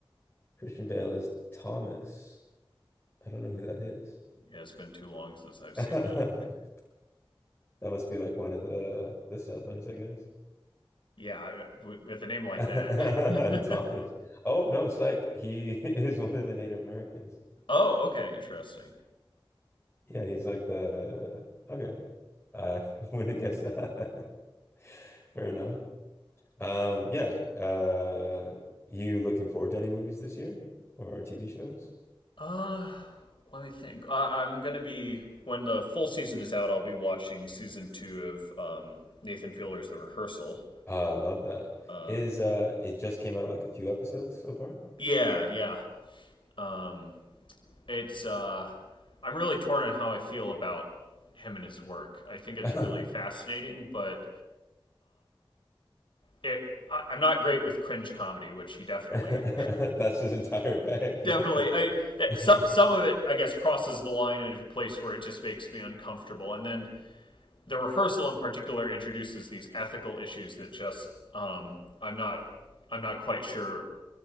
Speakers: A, on the left (about 20°); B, on the left (about 60°).
A: Christian Bale is Thomas. I don't know who that is.
B: Yeah, it's been too long since I've seen
A: <laughs>
B: that.
A: That must be like one of the the settlers, I guess.
B: Yeah, I- w- with a name
A: <laughs>
B: like
A: Thomas.
B: that. <laughs>
A: Oh no, psych. He <laughs> is one of the Native Americans.
B: oh, okay, interesting.
A: Yeah, he's like the okay. I <laughs> wouldn't have guessed that. <laughs> Fair enough. Um, yeah. Uh, you looking forward to any movies this year or TV shows?
B: Uh, let me think. Uh, I'm gonna be when the full season is out. I'll be watching season two of um, Nathan Fielder's The Rehearsal.
A: Uh, I love that.
B: Um,
A: Is uh, it just came out like a few episodes so far?
B: yeah, yeah. Um, it's uh I'm really torn on how I feel about him and his work. I think it's
A: <laughs>
B: really fascinating, but it I, I'm not great with cringe comedy, which he definitely
A: <laughs> That's his entire bag.
B: <laughs>
A: You
B: definitely
A: might be.
B: I
A: <laughs>
B: that some some of it I guess crosses the line into a place where it just makes me uncomfortable. And then the rehearsal in particular introduces these ethical issues that just um I'm not I'm not quite sure